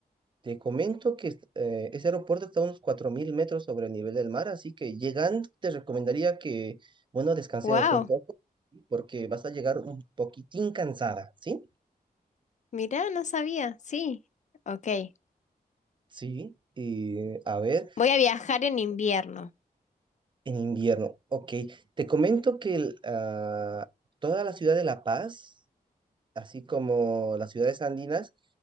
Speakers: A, on the right; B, on the left.
A: Te comento que eh, ese aeropuerto está a unos 4.000 metros sobre el nivel del mar, así que llegando te recomendaría que, bueno, descansemos
B: ¡Wow!
A: un poco, porque vas a llegar un poquitín cansada, ¿sí?
B: Mirá, no sabía. Sí. Ok.
A: Sí. Y a ver,
B: Voy a viajar en invierno.
A: en invierno, ok. Te comento que el, ah, toda la ciudad de La Paz, así como las ciudades andinas,